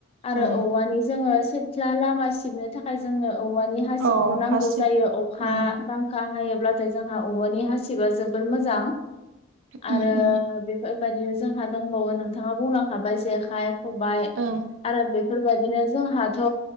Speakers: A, on the left; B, on the right.
A: आरो
B: उम
A: औवानि जोङो सिथ्ला लामा सिबनो थाखाय जोंनो औवानि हासिबखौ
B: औ
A: नांगौ
B: हासिब
A: जायो अखा
B: उम
A: बां अखा हायोब्लाथाय जोंहा औवानि हासिबा जोबोर मोजां
B: ओं
A: आरो
B: उम
A: बे बेबायदिनो जोंहा दंबावो नोंथाङा बुंलांखाबाय जेखाय, हबाय
B: उम
A: आरो बेफोरबायदिनो जोंहाथ'